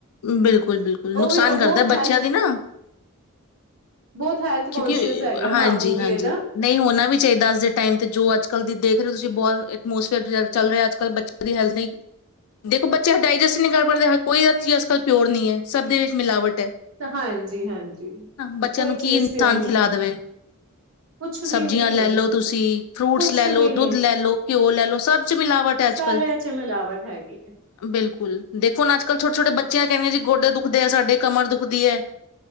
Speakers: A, on the left; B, on the right.
A: ਬਿਲਕੁਲ, ਬਿਲਕੁਲ,
B: ਉਹ
A: ਨੁਕਸਾਨ
B: ਵੀ
A: ਕਰਦਾ
B: ਬਹੁਤ ਹੈਲਥ
A: ਬੱਚਿਆਂ ਦੀ ਨਾ
B: ਬਹੁਤ ਹੈਲਥ
A: ਕਿਉਂਕਿ
B: ਕੌਨਸ਼ੀਅਸ ਹੈਗਾ
A: ਹਾਂਜੀ,
B: ਮਾਮੂ ਵੀ
A: ਹਾਂਜੀ।
B: ਇਹਦਾ
A: ਨਹੀਂ ਹੋਣਾ ਵੀ ਚਾਹੀਦਾ ਅੱ ਦੇ ਟਾਈਮ ਤੇ ਜੋ ਅੱਜ ਕਲ ਦੀ ਦੇਖ ਤੁਸੀਂ ਬਹੁਤ ਐਟਮੋਸਫੇਅਰ ਚੱਲ ਰਿਹਾ ਅੱਜ ਕੱਲ ਬੱਚਿਆਂ ਦੀ ਹੈਲਥ ਨਹੀਂ ਦੇਖੋ ਬੱਚੇ ਡਾਇਜੈਸਟ ਨਹੀਂੀ ਕਰ ਪਾਦੇ ਕੋਈ ਅੱਜ ਕੱਲ ਪਿਰ ਨਹੀਂ ਹੈ। ਸਰਭ ਦੇ ਵਿੱਚ ਮਿਲਾਵਟ
B: ਹਾਂਜੀ ਹਾਂਜੀ
A: ਬੱਚਿਆਂ
B: ਕੋਈ
A: ਨੂੰ ਕੀ
B: ਚੀਜ਼
A: ਇਨਸਾਨ
B: ਪਿਓ ਨੀ
A: ਖਿਲਾ ਦੇਵੇ
B: ਕੁਛ
A: ਸਬਜ਼ੀਆਂ
B: ਵੀ ਨੀ
A: ਲੈ ਲੋ ਤੁਸੀਂ। ਫਰੂਟਸ
B: ਕੁਛ
A: ਲੈ ਲੋ,
B: ਵੀ ਨੀ
A: ਦੁੱਧ ਲੈ ਲੋ। ਘਿਓ ਲੈ ਲੋ, ਸਭ ਚ ਮਿਲਾਵਟ ਹੈ ਅੱਜ
B: ਸਾਰਿਆਂ
A: ਕਲ
B: ਚ ਮਿਲਾਵਟ ਹੈਗੀ ਹੈ
A: ਬਿਲਕੁਲ ਦੇਖੋੁ ਅੱਜਕੱਲ ੋਟ ਛੋੇ ਬਿਆਂ ਕਹਦੇ ਜ ਗੋਡ ਨੂੰ ਦੁਖਦੇ ਹੈ। ਸਾਡੇ ਕਮਰ ਦੁਖਦੀ ਹੈ।